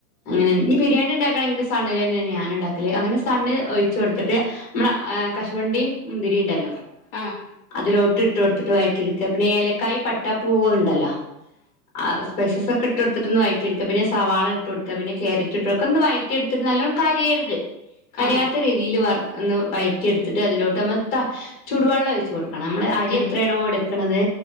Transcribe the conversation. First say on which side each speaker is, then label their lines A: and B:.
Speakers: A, on the left; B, on the left.
A: അങ്ങനെ ഇനി ബിരിയാണി ഉണ്ടാക്കണെങ്കിലും സണ്ണില് തന്നെ ഞാൻ ഉണ്ടാക്കല്, അങ്ങനെ സണ്ണ് ഒഴിച്ച് കൊടുത്തിട്ട് നമ്മള കശുവണ്ടീം മുന്തിരീം ഉണ്ടല്ലോ
B: ആഹ്
A: അതിലോട്ടി ഇട്ട് കൊടുത്തിട്ട് വഴറ്റിയെടുക്ക, പിന്നെ ഏലക്കായി, പട്ട, പൂവ് ഉണ്ടല്ലോ ആഹ് സ്പൈസസ് ഒക്കെ ഇട്ട് കൊടുത്തിട്ടൊന്ന് വയറ്റിയെടുക്ക, പിന്നെ സവാള ഇട്ട് കൊടുക്ക, പിന്നെ കേരറ്റ് ഇട്ട് കൊടുക്ക, ഒന്ന് വയറ്റി റ്റിയെടുത്തിട്ട് നല്ലോണം, കരിയരുത് കരിയാത്ത
B: ആഹ്
A: രീതിയില് വറു വയറ്റി എടുത്തിട്ട് അതിലോട്ട് നമ്മൾ ത ചൂടുവെള്ളം ഒയിച്ച് കൊടുക്കണം നമ്മൾ അരി
B: ഉം
A: എത്രയാണോ എടുക്കണത്